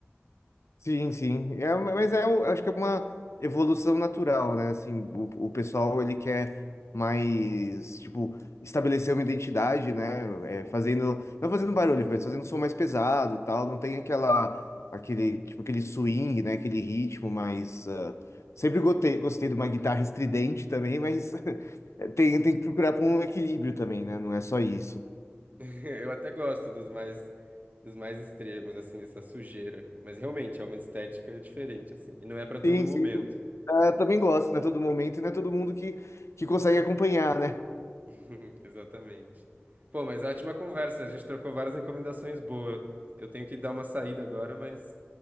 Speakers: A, on the left; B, on the right.
A: Sim, sim. É, uma- mas é, eu acho que é uma evolução natural, né? Assim, o, o pessoal ele quer mais, tipo, estabelecer uma identidade, né? É, fazendo, não fazendo barulho, mas fazendo um som mais pesado, e tal. Não tem aquela, aquele, tipo, aquele swing, né? Aquele ritmo mais. ah, sempre gostei, gostei de uma guitarra estridente também, mas <laughs> tem, tem que procurar por um equilíbrio também, né? Não é só isso.
B: <laughs> Eu até gosto dos mais dos mais extremos, assim, dessa sujeira, mas realmente é uma estética diferente assim, e não é pra todo
A: Sim,
B: momento.
A: sim. Ah, também gosto, né? Todo momento, né? Todo mundo que, que consegue acompanhar, né?
B: <laughs> Exatamente. Pô, mas ótima conversa, a gente trocou várias recomendações boas. Eu eu tenho que dar uma saída agora, mas